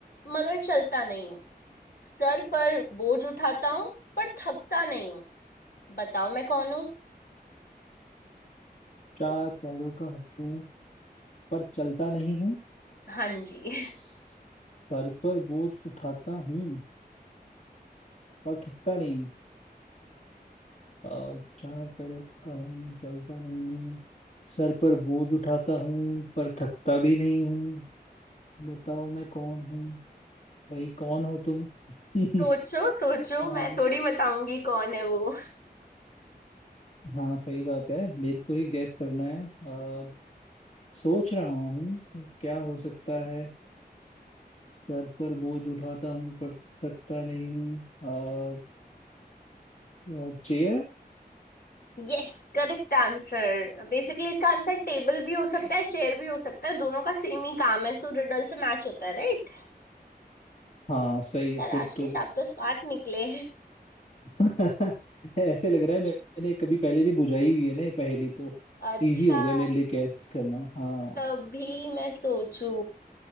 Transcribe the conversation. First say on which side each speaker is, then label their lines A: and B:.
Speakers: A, on the left; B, on the left.
A: मगर चलता नहीं हूँ सर पर बोझ उठाता हूँ पर थकता नहीं हूँ बताओ मैं कौन हूँ
B: चार पैरों का हूँ पर चलता नहीं हूँ
A: हाँ जी
B: सर
A: <laughs>
B: पर बोझ उठाता हूँ पर थकता नहीं अ, चार पैरों का हूँ चलता नहीं हूँ सर पर बोझ उठाता हूँ पर थकता भी नहीं हूँ बताओ मैं कौन हूँ भाई कौन हो तुम
A: सोचो
B: <laughs>
A: सोचो
B: हाँ
A: मैं
B: बस-
A: थोड़ी बताऊंगी कौन है वो
B: हाँ, सही बात है मेरे को ही गैस करना है और सोच रहा हूँ क्या हो सकता है सर पर बोझ उठाता हूँ पर थकता नहीं हूँ अ, अ, चेयर
A: Yes correct answer बेसिकली इसका आंसर टेबल भी हो सकता है चेयर भी हो सकता है दोनों का सेम ही काम है सो रिडल से मैच होता है राइट
B: हाँ सही है
A: यार
B: फिर
A: आशीष
B: तो
A: आप तो स्मार्ट निकले
B: <laughs> ऐसे लग रहा है मैंने कभी पहले भी बुझाई हुई है ना ये पहेली तो
A: अच्छा
B: इजी हो गया मेरे लिए कैच करना हाँ
A: तभी मैं सोचू